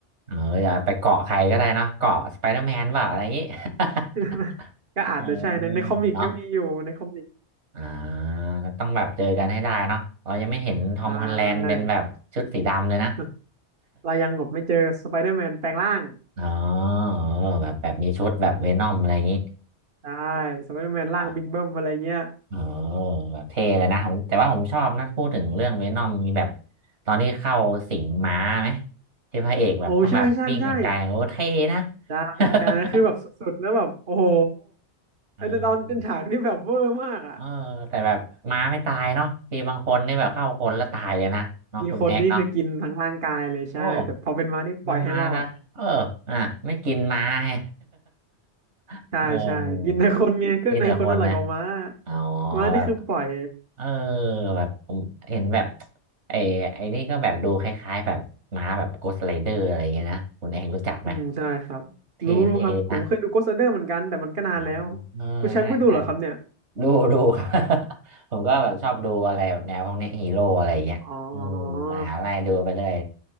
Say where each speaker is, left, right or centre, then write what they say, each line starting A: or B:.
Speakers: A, on the right; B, on the right.
A: เอออย่าไปเกาะใครก็ได้เนาะเกาะสไปเดอร์แมนเปล่าอะไรอย่างงี้ <laughs>
B: <laughs> ก็อาจจะใช่ในในคอมิกก็มีอยู่ในคอมิก
A: เออเนาะอ่าต้องแบบเจอกันให้ได้เนาะเรายังไม่เห็นทอมฮอลแลนด์เป็นแบบชุดสีดำเลยนะ
B: ใช่ <laughs> เรายังแบบไม่เจอสไปเดอร์แมนแปลงร่าง
A: <laughs> อ๋อเออแบบแบบมีชุดแบบเวนอมอะไรอย่างงี้
B: ใช่สไปเดอร์แมนร่างบิ๊กเบิ้มอะไรเงี้ย
A: อ๋อ โอ้แบบเท่เลยนะผมแต่ว่าผมชอบนะพูดถึงเรื่องเวนอมมีแบบตอนที่เข้าสิงม้าไหมที่พระเอกแบบต้องแบบวิ่งไกลๆโอ้เท่นะ
B: โอ้ใช่ใช่ใช่ ได้อันนั้นคือแบบสุดๆแล้วแบบโอ้โห
A: <laughs> เออ
B: อันนั้นตอนเป็นฉากที่แบบเวอร์มากอ่ะ
A: เออแต่แบบม้าไม่ตายเนาะมีบางคนนี่แบบเข้าคนแล้วตายเลยนะเนาะคุณแอกเนาะ
B: มีคนนี่คือกินทั้งร่างกายเลยใช่แต่พอเป็นม้านี่ปล่อยให้รอด
A: โอ้ไม่มาละเอออ่ะไม่กินม้าไง <laughs>
B: ใช่ใช่กินในคนไงเครื่องในคนอร่อยกว่าม้า
A: เออกินแต่คนนะอ๋อ
B: ม้านี่คือปล่อย
A: แบบ เออแบบผมเห็นแบบไอ้ไอ้นี่ก็แบบดูคล้ายๆแบบม้าแบบโกสต t r i เดอร์อะไรอย่างเงี้ยนะคุณเองรู้จักไหม
B: อืมใช่ครับ
A: เท่
B: รู้รู้ครับ
A: ๆนะ
B: ผมเคยดู Ghost Rider เหมือนกันแต่มันก็นานแล้ว
A: อ๋อเออใช่ใช่
B: คุณแชมป์ก็ดูเหรอครับเนี่ย
A: ดูดู <laughs> ครับ <laughs> ผมก็แบบชอบดูอะไรแบบแนวพวกเนี้ฮีโร่อะไรอย่างเงี้ยเออ
B: อ๋อ
A: หาอะไรดูไปเลย